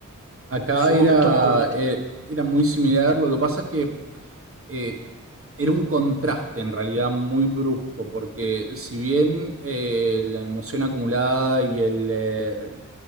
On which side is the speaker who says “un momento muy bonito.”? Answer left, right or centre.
Right